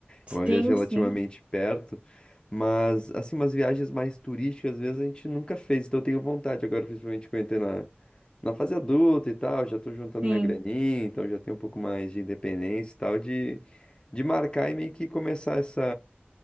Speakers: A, on the left; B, on the right.
A: É uma viagem
B: sim,
A: relativamente
B: sim,
A: perto, mas assim, umas viagens mais turísticas, às vezes a gente nunca fez, então eu tenho vontade agora, principalmente que eu entrei na, na fase adulta e tal, já tô juntando
B: sim.
A: minha graninha, então já tenho um pouco mais de independência e tal, de, de marcar e meio que começar essa,